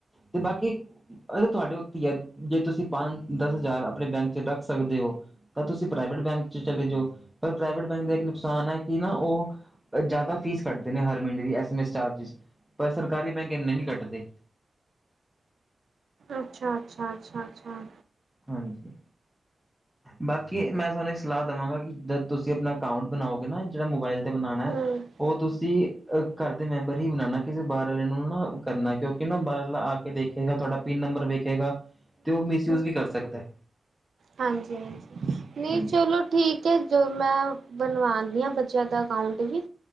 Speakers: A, in the centre; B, on the right (about 65°).
A: ਤੇ ਬਾਕੀ ਏਹ ਤਾਂ ਤੁਹਾਡੇ ਉੱਤੇ ਈ ਐ ਜੇ ਤੁਸੀਂ ਪੰਜ ਦਸ ਹਜ਼ਾਰ ਆਪਣੇ ਬੈਂਕ ਚ ਰੱਖ ਸਕਦੇ ਓ ਤਾਂ ਤੁਸੀਂ ਪ੍ਰਾਈਵੇਟ ਬੈਂਕ ਚ ਚਲੇ ਜਾਓ ਪਰ ਪ੍ਰਾਈਵੇਟ ਬੈਂਕ ਦਾ ਇੱਕ ਨੁਕਸਾਨ ਹੈ ਕਿ ਨਾ ਉਹ ਜ਼ਿਆਦਾ ਫ਼ੀਸ ਕੱਟਦੇ ਨੇ ਹਰ ਮਹੀਨੇ ਦੀ ਐਸ ਐਮ ਐਸ ਚਾਰਜਿਸ, ਪਰ ਸਰਕਾਰੀ ਬੈਂਕ ਇੰਨੇ ਨੀ ਕੱਟਦੇ।
B: ਅੱਛਾ ਅੱਛਾ ਅੱਛਾ ਅੱਛਾ।
A: ਹਾਂਜੀ। ਬਾਕੀ ਮੈਂ ਤੁਹਾਨੂੰ ਇੱਕ ਸਲਾਹ ਦਵਾਗਾ ਕਿ ਜਦ ਤੁਸੀਂ ਆਪਣਾ ਅਕਾਊਂਟ ਬਣਾਓਗੇ ਨਾ ਜਿਹੜਾ ਮੋਬਾਇਲ ਤੇ ਬਣਾਣਾ
B: ਹੂੰ-ਹੂੰ-ਹੂੰ।
A: ਉਹ ਤੁਸੀਂ ਅ ਘਰ ਦੇ ਮੈਂਬਰ ਹੀ ਬਣਾਣਾ, ਕਿਸੇ ਬਾਹਰ ਵਾਲੇ ਨੂੰ ਨਾ ਕਰਨਾ ਕਿਉਂਕਿ ਨਾ ਬਾਹਰ ਆਲਾ ਆ ਕੇ ਦੇਖ ਵੇਖੇਗਾ, ਤੁਹਾਡਾ ਪਿੰਨ ਨੰਬਰ ਵੇਖੇਗਾ ਤੇ ਉਹ ਮਿਸਯੂਜ ਵੀ ਕਰ ਸਕਦਾ।
B: ਹਾਂਜੀ ਹਾਂਜੀ, ਨਹੀਂ
A: ਹਾਂਜੀ
B: ਚਲੋ ਠੀਕ ਏ, ਜਦੋਂ ਮੈਂ ਬਣਵਾਦੀ ਆਂ ਬੱਚਿਆਂ ਦਾ ਅਕਾਊਟ ਵੀ